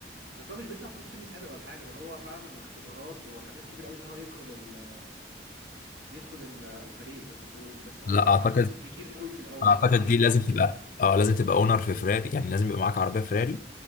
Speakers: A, on the right; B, on the left.
A: بس هو مش بيدفع فلوس عشان يسابق ولا حاجة ده هو فعلا اختبارات وحاجات كبيرة قوي ان هو يدخل ال... يدخل ال- الفريق بس و- بس هو
B: لا
A: دفع
B: اعتقد
A: فلوس كتير قوي في الاول
B: اعتقد
A: دفع
B: دي لازم تبقى اه لازم تبقى اونر في فراري يعني لازم يبقى معاك عربيه فراري